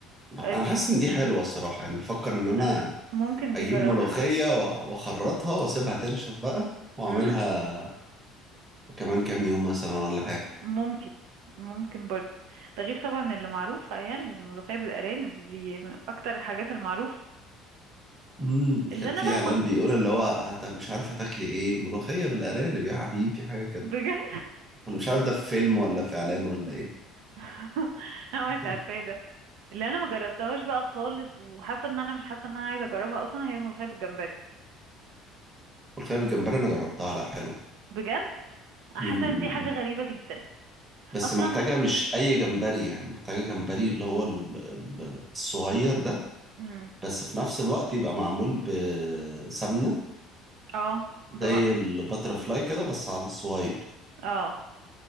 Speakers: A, on the right; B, on the right.
A: أنا
B: أد-
A: حاسس إن دي حلوة الصراحة يعني بفكر إن أنا
B: آه، ممكن
A: أجيب
B: دي جربها
A: ملوخية و- وأخرطها وأسيبها تنشف بقى وأعملها
B: <laughs> مم،
A: كمان كام يوم مثلا ولا حاجة
B: ممكن ممكن برضه ده غير طبعا اللي معروفة يعني الملوخية بالأرانب دي من أكتر الحاجات المعروفة
A: امم
B: اللي
A: كان
B: أنا
A: في
B: بقى
A: اعلان
B: ما...
A: بيقول اللي هو هت... مش عارف هتاكلي ايه ملوخيه بالارانب يا حبيبي حاجه كده
B: بجد
A: ولا مش عارف ده في فيلم ولا في اعلان ولا ايه
B: <laughs> أنا
A: <laughs>
B: مش عارفة إيه ده اللي أنا ما جربتهاش بقى خالص وحاسة إن أنا مش حاسة إن أنا عايزة أجربها أصلا هي الملوخية بالجمبري
A: ملوخيه بالجمبري انا جربتها لا حلوه
B: بجد حاسة
A: امم
B: إن دي حاجة غريبة جدا
A: بس
B: اصلا
A: محتاجه مش اي جمبري يعني محتاجه جمبري اللي هو ال- ال- الصغير ده
B: امم
A: بس في نفس الوقت يبقى معمول بسمنه
B: اه
A: زي
B: طبعا
A: الباترفلاي كده بس على الصغير
B: اه